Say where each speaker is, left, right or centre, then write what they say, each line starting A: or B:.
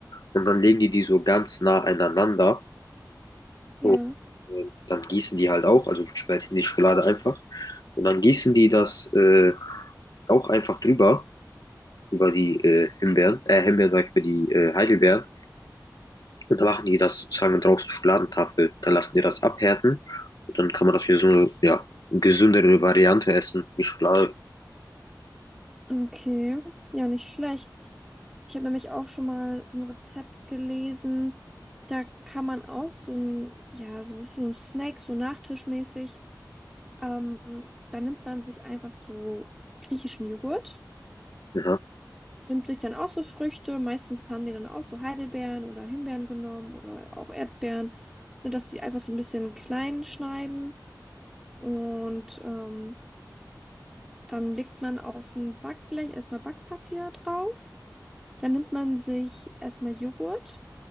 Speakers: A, on the left; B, in the centre.
A: und dann legen die die so ganz nah aneinander
B: Ja,
A: und äh, dann gießen die halt auch, also schmelzen die Schokolade einfach und dann gießen die das äh, auch einfach drüber, über die äh, Himbeeren, äh, Himbeeren sag ich, über die äh, Heidelbeeren und dann machen die das sozusagen draußen Schokoladentafel, dann lassen die das abhärten und dann kann man das wie so eine, ja, eine gesündere Variante essen, wie Schokolade.
B: okay. Ja, nicht schlecht. Ich habe nämlich auch schon mal so ein Rezept gelesen. Da kann man auch so ein, ja, so, so ein Snack, so nachtischmäßig. Ähm, da nimmt man sich einfach so griechischen Joghurt,
A: Ja,
B: nimmt sich dann auch so Früchte. Meistens haben die dann auch so Heidelbeeren oder Himbeeren genommen oder auch Erdbeeren, nur dass die einfach so ein bisschen klein schneiden. Und ähm, dann legt man auf ein Backblech erstmal Backpapier drauf. Dann nimmt man sich erstmal Joghurt.